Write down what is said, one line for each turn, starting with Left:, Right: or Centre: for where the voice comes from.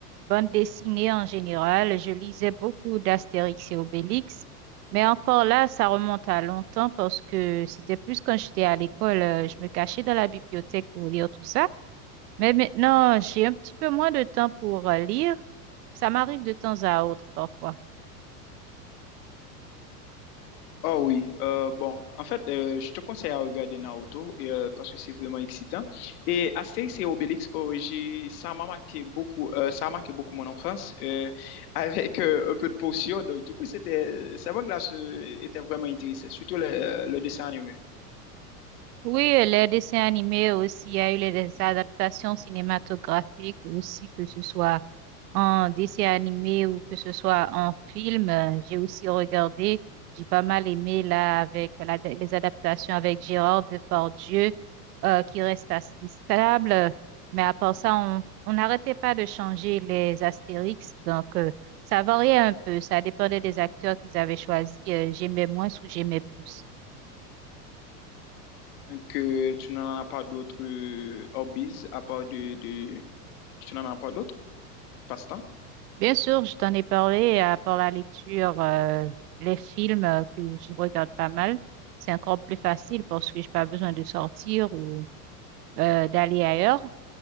Right: bande dessinée en général. Je lisais beaucoup d'Astérix et Obélix. Mais encore là, ça remonte à longtemps parce que c'était plus quand j'étais à l'école. euh, Je me cachais dans la bibliothèque pour lire tout ça. Mais maintenant, j'ai un petit peu moins de temps pour euh, lire. Ça m'arrive de temps à autre parfois.
Left: Oh oui, euh, bon, en fait, euh, je te conseille à regarder Naruto et, euh, parce que c'est vraiment excitant. Et Astérix et Obélix, oh, j'ai, ça m'a marqué beaucoup, euh, ça a marqué beaucoup mon enfance euh, <laughs> avec euh, un peu de potion. Donc, du coup, c'était, ça m'a glace euh, était vraiment intéressant, surtout le, le dessin animé.
Right: Oui, euh, les dessins animés aussi, il y a eu les adaptations cinématographiques aussi, que ce soit en dessin animé ou que ce soit en film. euh, J'ai aussi regardé, j'ai pas mal aimé là avec la- les adaptations avec Gérard Depardieu euh, qui reste assez stable. Mais à part ça, on on n'arrêtait pas de changer les Astérix. Donc, euh, ça variait un peu. Ça dépendait des acteurs qu'ils avaient choisis. euh, j'aimais moins ou j'aimais plus.
Left: Donc, euh, tu n'en as pas d'autres euh, hobbies à part de, de, tu n'en as pas d'autres passe-temps?
Right: Bien sûr, je t'en ai parlé à part la lecture, euh, les films euh, que je regarde pas mal. C'est encore plus facile parce que j'ai pas besoin de sortir ou euh, d'aller ailleurs.